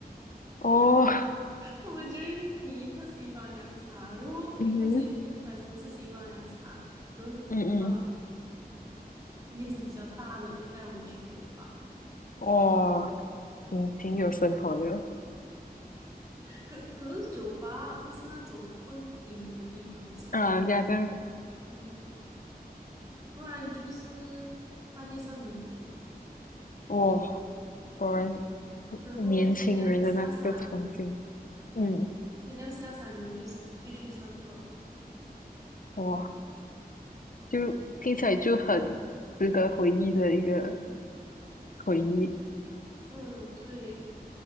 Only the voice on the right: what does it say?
他们就会提议喝西方凉茶，然后我一开始也不明白什么是西方凉茶，
然后呃嗯
年纪比较大的就带我们去酒吧。
可可是酒吧不是那种蹦迪的地方，是真的，
嗯，不然就是半夜上云顶，
然后天亮下山，
天亮下山，然后就是继续上课。
嗯，对。